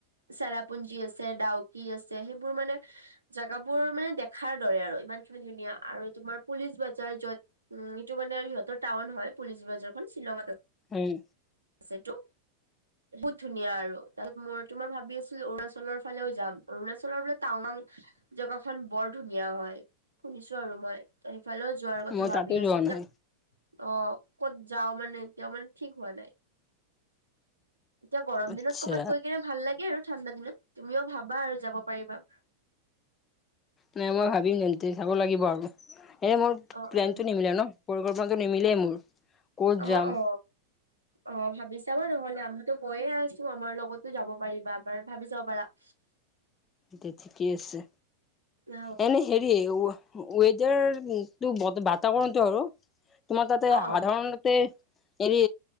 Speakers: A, on the right (about 80°); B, on the left (about 25°).
A: চেৰাপুঞ্জী আছে ডাউকি আছে সেইবোৰ মানে জেগাবোৰ মানে দেখাৰ দৰে আৰু ইমান খিনি ধুনীয়া আৰু তোমাৰ পুলিচ বজাৰ যত উ টো মানে সিহঁত টাউন হয় পুলিচ বজাৰখন শ্বিলঙত আছে
B: উম
A: আছেটো বহুত ধুনীয়া আৰু তাত মই তো মই ভাবি আছিলো অৰুণাচলৰ ফালেও যাম অৰুণাচলৰ বোলে টাৱঙাং জেগা খন বৰ ধুনীয়া হয় শুনিছো আৰু মই তেই ইফালেও যোৱাৰ কথা
B: মই
A: ভাবি
B: তাতো
A: আছো
B: যোৱা
A: এতিয়া
B: নাই
A: অ ক'ত যাও মানে এতিয়াও মানে ঠিক হোৱা নাই এতিয়া গৰম
B: আচ্ছা
A: দিনত কৰ'বাত গৈ কেনে ভাল লাগে আৰু ঠাণ্ডা দিনত তুমিও ভাবা আৰু যাব পাৰিবা
B: নাই মই ভাবিম তেন্তে চাব লাগিব আৰু এ মোৰ
A: অ
B: প্লেনটো
A: অ
B: নিমিলে ন পৰিকল্পনাটো নিমিলেই মোৰ ক'ত
A: অ
B: যাম
A: অ অ ভাবি চাবা নহলে আমিতো গৈয়ে আছো আমাৰ লগতো যাব পাৰিবা এবাৰ ভাবি চাব পাৰা <inaudible>
B: দে ঠিকে আছে
A: অ
B: এনেই হেৰি ৱেডাৰটো বাতাবৰণটো আৰু তোমাৰ তাতে
A: অ
B: সাধাৰণতে এৰি